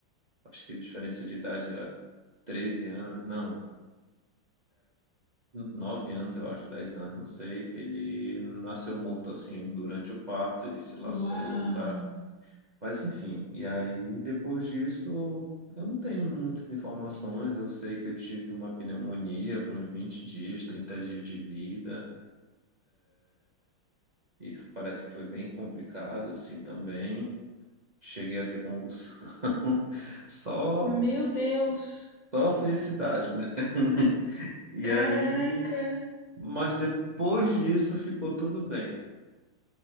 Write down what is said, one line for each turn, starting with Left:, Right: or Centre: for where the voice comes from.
Right: acho que a diferença de idade era 13 anos, não, 9 anos, eu acho, 10 anos, não sei. Ele nasceu morto assim, durante o parto, ele se laçou,
Left: Uau.
Right: o cara. Mas enfim, e aí depois disso, eu não tenho muitas informações. Eu sei que eu tive uma pneumonia com uns vinte dias, trinta dias de vida, e parece que foi bem complicado assim também. Cheguei a ter convulsão, <laughs> só,
Left: Meu Deus.
Right: só felicidade, né? <laughs> E
Left: Caraca.
Right: aí, Mas depois disso ficou tudo bem.